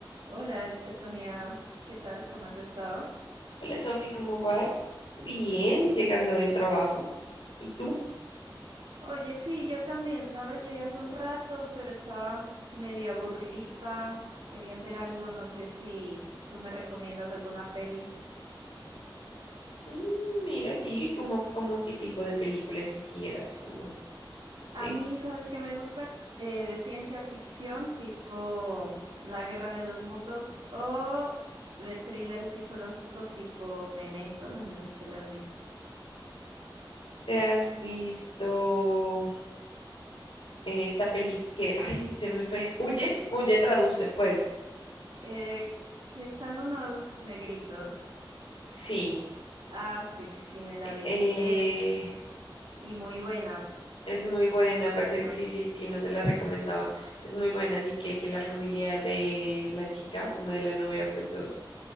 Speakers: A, on the right; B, on the left.
A: Hola, Estefanía, ¿qué tal? ¿Cómo has estado?
B: Hola Sofi, ¿cómo vas? Bien, llegando del trabajo. ¿Y tú?
A: Oye, sí, yo también, ¿sabes? Llegué hace un rato, pero estaba medio aburridita, quería hacer algo, no sé si tú me recomiendas alguna peli.
B: Mm, mira, sí, como, como qué tipo de película quisieras, como
A: A
B: en-
A: mí, ¿sabes qué me gusta? Eh, de ciencia ficción, tipo La Guerra de los Mundos o de thriller psicológico tipo Memento, no sé si te la has visto.
B: ¿te has visto esta peli que, ay, se me fue, Huye, Huye traduce, pues,
A: Eh, que están unos negritos.
B: sí,
A: Ah, sí, sí, sí, me la vi.
B: eh,
A: Eh, Y muy buena,
B: es muy buena,
A: ¿cierto?
B: parece que sí, sí, sí, no te la recomendaba, es muy buena, así que que la familia de la chica o como de la novia, pues los